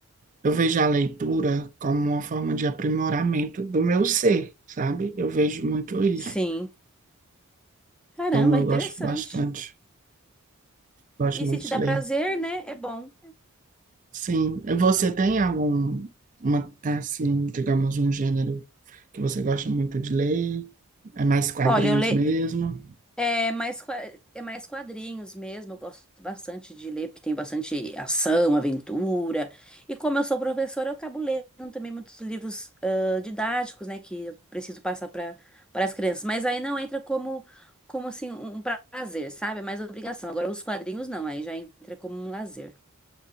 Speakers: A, on the right; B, in the centre.
A: eu vejo a leitura como uma forma de aprimoramento do meu ser, sabe? Eu vejo muito isso.
B: Sim. Caramba,
A: Então, eu
B: interessante.
A: gosto bastante, gosto
B: E
A: muito
B: se te
A: de
B: dá
A: ler.
B: prazer, né? É bom.
A: Sim, E você tem algum, uma, assim, digamos, um gênero que você gosta muito de ler? É mais quadrinhos
B: Olha, eu leio.
A: mesmo?
B: É mais, qua- é mais quadrinhos mesmo. Eu gosto bastante de ler, porque tem bastante ação, aventura. E como eu sou professora, eu acabo lendo também muitos livros ah, didáticos, né? Que eu preciso passar para para as crianças. Mas aí não entra como, como assim, um um prazer, sabe? É mais obrigação. Agora, os quadrinhos não, aí já entra como um lazer.